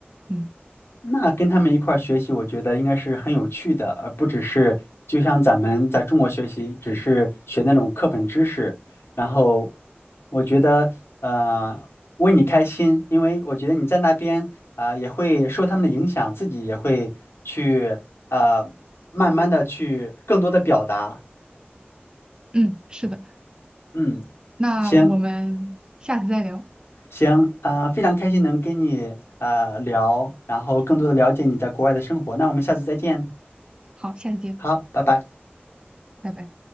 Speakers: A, on the right (about 20°); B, on the left (about 75°).
A: 嗯
B: 那跟他们一块儿学习，我觉得应该是很有趣的，而不只是就像咱们在中国学习，只是学那种课本知识。然后我觉得，呃，为你开心，因为我觉得你在那边啊、也会受他们的影响，自己也会去呃，慢慢的去更多的表达。
A: 嗯，是的，
B: 嗯，
A: 那我们下次再聊，
B: 行行，啊，非常开心能跟你啊聊，然后更多的了解你在国外的生活。那我们下次再见，
A: 好，下次见，
B: 好，拜拜。
A: 拜拜。